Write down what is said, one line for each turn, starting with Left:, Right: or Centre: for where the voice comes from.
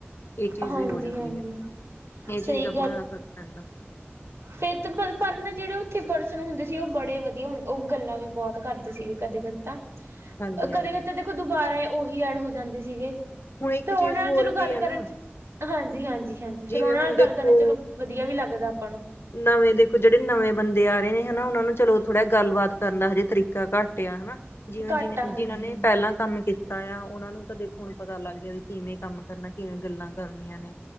Left: ਏ ਚੀਜ਼
Right: ਹਾਂਜੀ
Left: ਵੀ ਹੋ ਜਾਂਦੀ
Right: ਹਾਂਜੀ
Left: ਏ, ਏ
Right: ਸਹੀ
Left: ਚੀਜ਼ ਦਾ ਬੋਤ ਜਾਦਾ ਫ਼ਰਕ ਪੈਂਦਾ।
Right: ਫੇਰ ਪਰ ਨਾ ਜੇੜੇ ਉੱਥੇ ਪਰਸਨ ਹੁੰਦੇ ਸੀ ਉ ਬੜੇ ਵਧੀਆ ਹੁੰਦੇ ਸੀ ਉ ਗੱਲਾਂ ਵੀ ਬੋਤ ਕਰਦੇ ਸੀਗੇ ਕਦੇ-ਕਦੇ ਤਾਂ
Left: ਹਾਂਜੀ-ਹਾਂਜੀ।
Right: ਕਦੇ-ਕਦੇ ਦੇਖੋ ਦੁਬਾਰਾ ਉਹੀ ਐਡ ਹੋ ਜਾਂਦੇ ਸੀਗੇ।
Left: ਹੁਣ ਇੱਕ
Right: ਫੇਰ ਉਨਾਂ
Left: ਚੀਜ਼
Right: ਨਾਲ
Left: ਹੋਰ
Right: ਚਲੋ
Left: ਵੀ
Right: ਗੱਲ
Left: ਹੈ
Right: ਕਰਨ
Left: ਨਾ
Right: ਚ ਹਾਂਜੀ ਹਾਂਜੀ ਹਾਂਜੀ, ਫੇਰ
Left: ਜਿਵੇਂ
Right: ਉਨਾਂ
Left: ਹੁਣ
Right: ਨਾਲ
Left: ਦੇਖੋ
Right: ਗੱਲ ਕਰਨ ਚ ਚਲੋ ਵਧੀਆ ਵੀ ਲੱਗਦਾ ਆਪਾਂ ਨੂੰ।
Left: ਨਵੇਂ ਦੇਖੋ ਜੇੜੇ ਨਵੇਂ ਬੰਦੇ ਆ ਰਏ ਨੇ ਹਨਾ ਉਨਾਂ ਨੂੰ ਚਲੋ ਥੋੜਾ ਗੱਲਬਾਤ ਕਰਨ ਦਾ ਹਜੇ ਤਰੀਕਾ ਘੱਟ ਆ ਹਨਾ। ਜਿਵੇਂ
Right: ਘੱਟ
Left: ਜਿ
Right: ਆ ਹਾਂਜੀ
Left: ਜਿਨ੍ਹਾਂ ਨੇ
Right: ਹਾਂਜੀ
Left: ਪੈਲਾਂ ਕੰਮ ਕੀਤਾ ਆ, ਉਨਾਂ ਨੂੰ ਤਾਂ ਦੇਖੋ ਹੁਨ ਪਤਾ ਲੱਗ ਗਿਆ ਵੀ ਕਿਵੇਂ ਕੰਮ ਕਰਨਾ ਕਿਵੇਂ ਗੱਲਾਂ ਕਰਨੀਆਂ ਨੇ